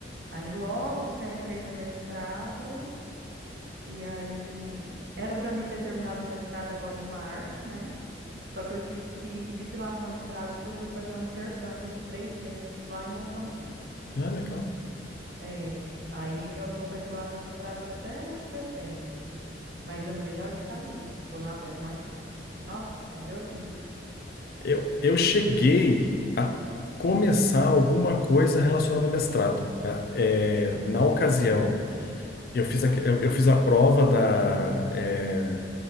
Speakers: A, on the right; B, on the left.
A: Aí logo já entrei no mestrado e aí era para mim ter terminado o mestrado agora em março, né? Só que eu tive que pedir dilação de prazo porque eu fui fazer um intercâmbio de três meses lá em Moçambique.
B: Ah, legal.
A: É, aí eu tô com a dilação de prazo até setembro, mas eu não vejo a hora de ficar livre, porque eu não aguento mais não. Nossa, meu Deus me livre.
B: Eu, eu cheguei a começar alguma coisa relacionada a mestrado. né? É, na ocasião, eu fiz a, eu, eu fiz a prova da. é,